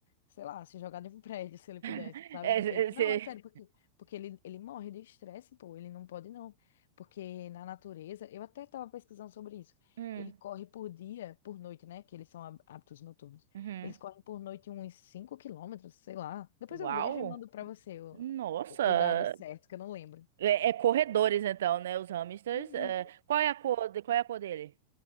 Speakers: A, on the left; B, on the right.
A: sei lá, se jogar de um prédio se ele pudesse,
B: <laughs>
A: sabe?
B: É,
A: Porque,
B: é,
A: não,
B: cê-
A: é sério, porque, porque ele, ele morre de estresse, pô, ele não pode não. Porque na natureza, eu até estava pesquisando sobre isso.
B: Hum,
A: Ele corre por dia, por noite, né? Que eles são há- hábitos noturnos.
B: uhum.
A: Eles correm por noite uns 5 quilômetros, sei lá. Depois
B: Uau!
A: eu vejo e mando pra você o,
B: Nossa!
A: o dado certo, que eu não lembro.
B: É, é corredores, então, né? Os hamsters.
A: Uhum.
B: é. Qual é a cor, de- qual é a cor dele?